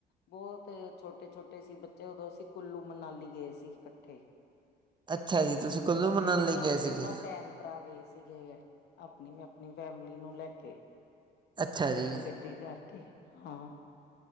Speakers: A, on the left; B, on the right.
A: ਬੋਤ ਅ ਛੋਟੇ-ਛੋਟੇ ਸੀ ਬੱਚੇ ਓਦੋਂ ਅਸੀ ਕੁੱਲੂ-ਮਨਾਲੀ ਗਏ ਸੀ ਕੱਠੇ।
B: ਅੱਛਾ ਜੀ ਤੁਸੀਂ ਕੁੱਲੂ
A: ਅਸੀਂ
B: ਮਨਾਲੀ
A: ਤਿੰਨੋ,
B: ਲਈ ਗਏ ਸੀਗੇ
A: ਤਿੰਨੋ ਭੈਣ-ਭਰਾ ਗਏ ਸੀਗੇ ਆਪਨੀ-ਆਪਨੀ ਫੈਮਲੀ ਨੂੰ ਲੈ ਕੇ।
B: ਅੱਛਾ ਜੀ
A: ਵੱਡੀ ਗੱ ਡੀ ਕਰਕੇ, ਹਾਂ।